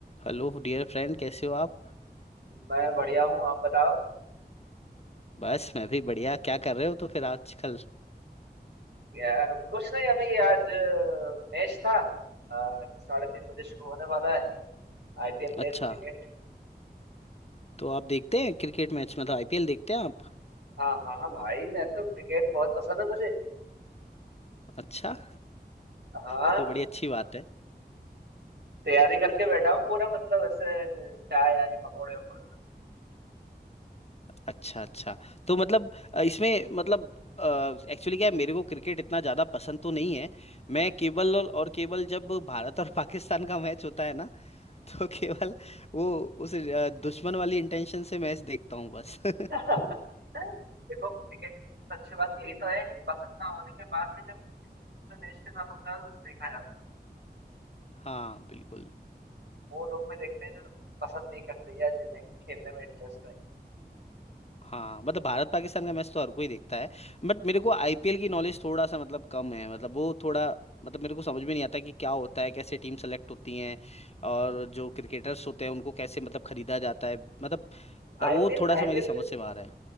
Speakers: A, on the left; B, on the right.
A: Hello dear friend कैसे हो आप
B: मैं बढ़िया हूँ आप बताओ
A: बस मैं भी बढ़िया क्या कर रहे हो तो फिर आजकल
B: या, कुछ नहीं अभी आज मैच था अ, साढ़े तीन बजे शुरू होने वाला है IPL match
A: अच्छा
B: cricket
A: तो आप देखते हैं क्रिकेट मैच मतलब आईपीएल देखते हैं आप
B: हाँ हाँ भाई मैं तो क्रिकेट बहुत पसंद है मुझे
A: अच्छा
B: हाँ
A: ये तो बड़ी अच्छी बात है
B: तैयारी करके बैठा हूँ पूरा मतलब ऐसे चाय आए पकौड़े वकौड़े
A: अच्छा अच्छा तो मतलब अ, इसमें मतलब एक्चुअली क्या है मेरे को क्रिकेट इतना ज़्यादा पसंद तो नहीं है मैं केवल और और केवल जब भारत और पाकिस्तान का मैच होता है ना <laughs> तो केवल वो उस अ, दुश्मन वाली इंटेंशन से मैच देखता हूँ बस <laughs>
B: बना <laughs> देखो क्रिकेट की अच्छी बात यही तो है कि पसंद ना होने के बाद भी जब किसी दूसरे देश के साथ होता है तो उसे देखा जाता है
A: हाँ बिल्कुल
B: वो लोग भी देखते हैं जो पसंद नहीं करते या जिन्हें खेलने में इंटरेस्ट है
A: हाँ मतलब भारत पाकिस्तान का मैच तो हर कोई देखता है बट मेरे को आईपीएल की नॉलेज थोड़ा सा मतलब कम है मतलब वो थोड़ा मतलब मेरे को समझ में नहीं आता कि क्या होता है कैसे टीम सेलेक्ट होती हैं और जो क्रिकेटर्स होते हैं उनको कैसे मतलब खरीदा जाता है मतलब अ,
B: IPL
A: वो थोड़ा
B: IPL
A: सा मेरी समझ से बाहर है